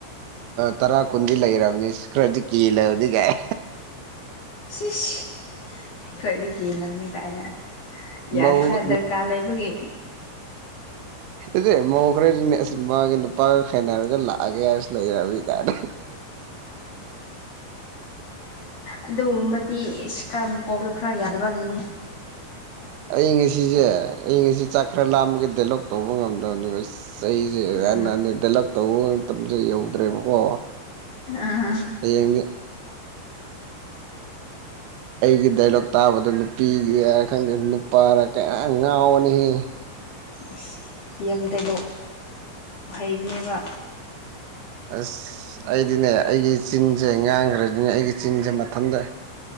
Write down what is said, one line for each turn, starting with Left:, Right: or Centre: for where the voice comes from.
Right: ꯇꯔꯥ ꯀꯨꯟꯗꯤ ꯂꯩꯔꯕꯅꯤ ꯈꯔꯗꯤ ꯀꯦꯜꯂꯕꯅꯤ ꯀꯥꯏ
Left: ꯁꯤꯁ ꯈꯔꯗꯤ ꯀꯦꯜꯂꯝꯅꯤ ꯀꯥꯏꯅ
Right: ꯃꯧ
Left: ꯌꯥꯔꯦꯗ ꯗꯔꯀꯥꯔ ꯂꯩꯕꯒꯤ
Right: ꯑꯦ ꯃꯧ ꯈꯔꯗꯤꯅꯦ ꯑꯁ ꯃꯥꯒꯤ ꯅꯨꯄꯥꯒ ꯈꯥꯏꯅꯔꯒ ꯂꯥꯛꯑꯒꯦ ꯍꯥꯏꯔꯁ ꯂꯩꯔꯕꯤ ꯀꯥꯏꯅ
Left: ꯑꯗꯨꯒꯨꯝꯕꯗꯤ ꯈꯔꯃꯨꯛ ꯃꯀꯣꯛꯇꯣ ꯈꯔ ꯌꯥꯗꯕ ꯑꯣꯏꯔꯝꯅꯤ
Right: ꯑꯩ ꯉꯁꯤꯁꯦ ꯑꯩ ꯉꯁꯤ ꯆꯥꯛ ꯈꯔ ꯂꯥꯝꯃꯒ ꯗꯥꯏꯂꯣꯛ ꯇꯧꯕ ꯉꯝꯗꯕꯅꯤ ꯑꯩꯁꯦ
Left: ꯎꯝ
Right: ꯗꯥꯏꯂꯣꯛ ꯇꯧꯕ ꯃꯇꯝꯗꯣ ꯌꯧꯗ꯭ꯔꯦꯕꯀꯣ
Left: ꯑꯥ
Right: ꯍꯌꯦꯡꯗꯤ ꯑꯩꯒꯤ ꯗꯥꯏꯂꯣꯛ ꯇꯥꯕꯗ ꯅꯨꯄꯤꯒꯤ ꯈꯪꯗꯦ ꯅꯨꯄꯥꯔ ꯀꯌꯥ ꯉꯥꯎꯕꯅꯩꯍꯦ
Left: ꯑꯁ ꯌꯥꯝ ꯗꯥꯏꯂꯣꯛ ꯍꯩꯕꯅꯦꯕ
Right: ꯑꯁ ꯑꯩꯗꯤꯅꯦ ꯑꯩꯒꯤ ꯆꯤꯟꯁꯦ ꯉꯥꯡꯈ꯭ꯔꯗꯤꯅꯦ ꯑꯩꯒꯤ ꯆꯤꯟꯁꯦ ꯃꯊꯟꯇ